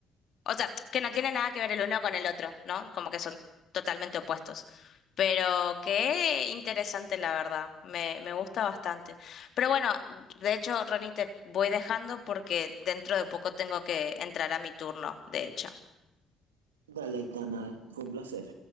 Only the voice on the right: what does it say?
Dale, Itana, fue un placer.